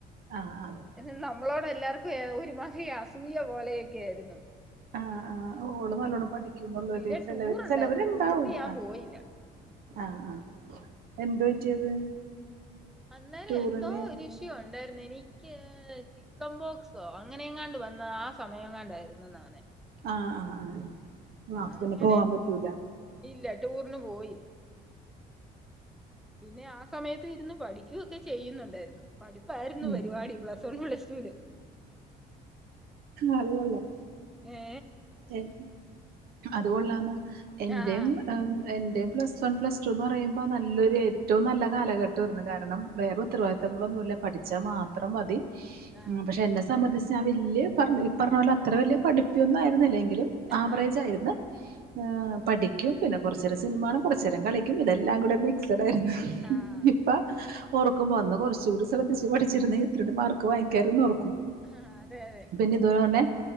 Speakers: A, on the right; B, in the centre.
A: ആഹ് ആഹ്
B: എന്ന നമ്മളോട് എല്ലാർക്കും ഒരുമാതിരി അസൂയ പോലെയൊക്കെ ആയിരുന്നു
A: ആഹ് ആഹ് ഓള് നല്ലോണ്ണം പഠിക്കന്നള്ളര്
B: പിന്നെ ടൂർ ഉണ്ടായിരുന്നു
A: ചെലവര്ണ്ടാവും
B: ടൂറിന് ഞാൻ
A: ആഹ്
B: പോയില്ല
A: ആഹ് എന്ത പറ്റിയത്
B: അന്നേരം
A: ടൂറിന്
B: എന്തോരു ഇഷ്യൂ ഉണ്ടായിരുന്നു എനിക്ക് ചിക്കൻ ബോക്സോ അങ്ങനെയങ്ങാണ്ട് വന്ന ആ സമയം എങ്ങാണ്ടായിരുന്നു അവനെ
A: ആഹ് ആഹ് ആഹ് അപ്പ
B: അങ്ങനെ
A: പിന്നെ പോകാൻ പറ്റൂല
B: ഇല്ല ടൂറിന് പോയി പിന്നെ ആ സമയത്ത് ഇരുന്ന് പഠിക്കുവൊക്കെ ചെയ്യുന്നുണ്ടായിരുന്നു പഠിപ്പായിരുന്നു
A: ഉം
B: പരിപടി പ്ലസ് വൺ പ്ലസ് സ്റ്റൂല്
A: അത് കൊള്ളാം
B: ഏ
A: ഏഹ് അതുകൊള്ളാന്ന് എന്റെയും
B: ആഹ്
A: എന്റെയും പ്ലസ് വൺ പ്ലസ് ടു എന്ന് പറയുമ്പോ നല്ലൊരു ഏറ്റവും നല്ല കാലഘട്ടമാരുന്നു കാരണം വേറെ ഉത്തരവാദിത്തങ്ങളൊന്നുല്ല
B: ആഹ്
A: പഠിച്ചാ മാത്രം മതി
B: ആഹ്
A: പക്ഷെ എന്നെ സംബന്ധിച്ച് ഞാൻ വെല്യ പറഞ്ഞ ഇപറഞ്ഞ പോലെ അത്ര വലിയ പഠപ്പൊന്നുമായിരുന്നില്ലെങ്കിലും
B: ആഹ്
A: ആവറേജ് ആയിരുന്ന് ആഹ് പഠിക്കും പിന്നെ കൊറച്ചേരം സിനിമാകാണും കുറച്ച നേരം കളിക്കും ഇതെല്ലാം കൂടെ മിക്സഡ് ആയിരുന്നു
B: ആഹ്
A: ഇപ്പൊ ഓർക്കുമ്പോ അന്ന് കുറച്ചുകൂടി ശ്രദ്ധിച്ച് പഠിച്ചിരുന്നേൽ ഇത്രലും മാർക്ക് വാങ്ങിക്കായിരുന്നെന്നു ഓർക്കും
B: ആഹ് അതെ അതെ
A: പിന്നെ ഇതുപോലെന്നെ